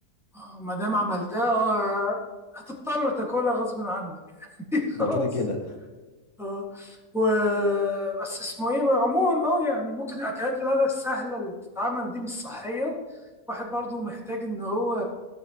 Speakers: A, in the centre; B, on the left.
A: آه، ما دام عملتها آه، هتضطر تاكلها غصب عنك <laughs>
B: ده
A: خلاص
B: كده كده
A: اه و بس اسمه ايه بقى؟ عموما اه يعني ممكن الاكلات اللي السهله اللي بتتعمل دي مش صحيه واحد برضه محتاج ان هو